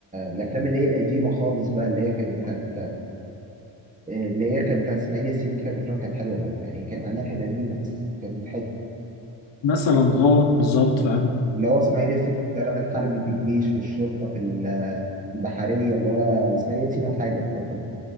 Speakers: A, on the right (about 20°); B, on the left (about 75°).
A: الافلام اللي هي القديمه خالص بقى اللي هي كانت بتاعت اللي هي كانت بتاعت اسماعيل ياسين دي كانت افلام كانت حلوه برضو يعني كان مع انها كانت قديمه بس كانت مضحكه
B: مثلا اه بالظبط فاهم
A: اللي هو اسماعيل ياسين في الطيران الحربي في الجيش والشرطه في ال- البحريه اللي هو اسماعيل ياسين الحاجه اللي هو كانت